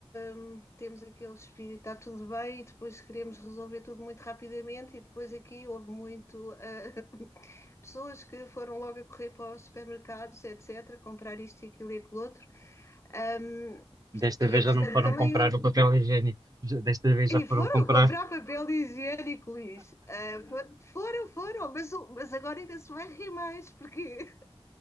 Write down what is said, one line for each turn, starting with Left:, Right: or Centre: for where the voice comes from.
Left: hum, temos aquele espírito, está tudo bem, e depois queremos resolver tudo muito rapidamente, e depois aqui houve muito, ah, <laughs> pessoas que foram logo a correr para os supermercados, etc., comprar isto e aquilo e aquilo outro. Hum,
Right: Desta
Left: e
Right: vez
Left: entretanto
Right: já não foram
Left: também
Right: comprar
Left: <laughs>
Right: o papel higiênico, Já- desta vez
Left: E
Right: já foram
Left: foram
Right: comprar.
Left: comprar papel higiênico, Luís. Ah, fo- foram, foram, mas, o- mas agora ainda se vai rir mais, porque